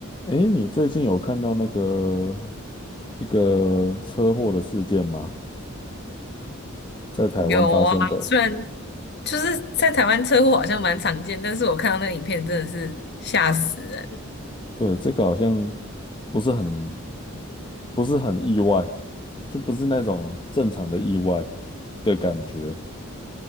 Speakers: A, on the left; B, on the left.
A: 诶，你最近有看到那个一个车祸的事件吗？在台湾发生的，
B: 有啊，虽然就是在台湾车祸好像蛮常见，但是我看到那个影片真的是吓死人。
A: 对，这个好像不是很不是很意外，就不是那种正常的意外的感觉，